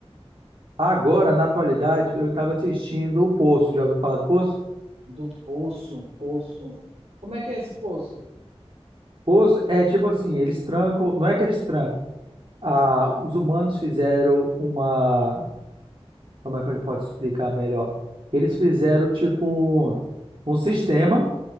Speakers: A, on the right (about 55°); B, on the right (about 75°).
A: Agora, na atualidade, eu estava assistindo o Poço. Já ouviu falar do Poço?
B: Do Poço, Poço. Como é que é esse Poço?
A: Poço é tipo assim: eles trancam. Não é que eles trancam. Ah, os humanos fizeram uma. Como é que eu posso explicar melhor? Eles fizeram tipo um, um sistema.